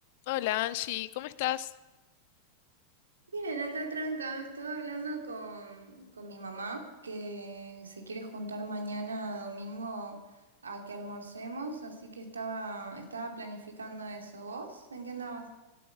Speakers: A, on the left; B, on the right.
A: Hola Angie, ¿cómo estás?
B: Miren, acá tranca, estaba hablando con, con mi mamá que se quiere juntar mañana domingo a que almorcemos, así que estaba, estaba planificando eso. ¿Vos? ¿En qué andabas?